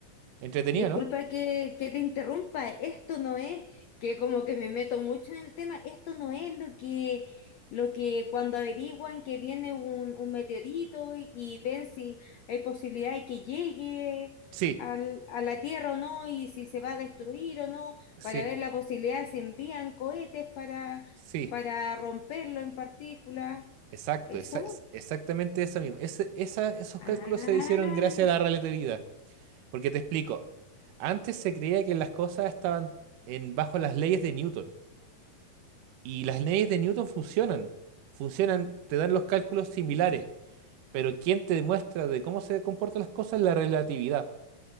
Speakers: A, on the right; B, on the left.
A: Entretenido,
B: Disculpa
A: ¿no?
B: que, que te interrumpa, esto no es que como que me meto mucho en el tema, esto no es lo que, lo que cuando averiguan que viene un, un meteorito y, y ven si hay posibilidad de que llegue
A: Sí,
B: al- a la Tierra o no y si se va a destruir o no,
A: sí,
B: para ver la posibilidad si envían cohetes para,
A: sí,
B: para romperlo en partículas,
A: exacto,
B: ¿eso?
A: esa- es- exactamente eso mismo. Ese- esa- esos
B: Ah.
A: cálculos se hicieron gracias a la relatividad. Porque te explico, antes se creía que las cosas estaban en, bajo las leyes de Newton. Y las leyes de Newton funcionan, funcionan, te dan los cálculos similares, pero quien te demuestra de cómo se comportan las cosas es la relatividad.